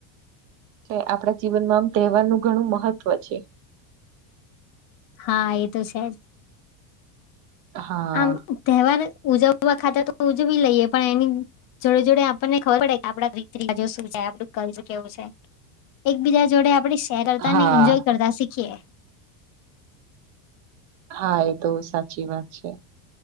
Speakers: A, on the right; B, on the left.
A: એટલે આપણા જીવનમાં આમ તેહવાર નું ઘણું મહત્વ છે.
B: હા એ તો છે જ.
A: હા
B: આમ તેહવાર ઉજાવા ખાતે તો ઉજવી લઈએ પણ એની જોડે જોડે આપણને ખબર પડે કે આપડા રીતિ રિવાજો શું છે, આપડું કલ્ચર કેવું છે. એક બીજા જોડે આપડે શેર કરતા
A: હા
B: ને ઇન્જોય કરતા શીખીએ.
A: હા એ તો સાચી વાત છે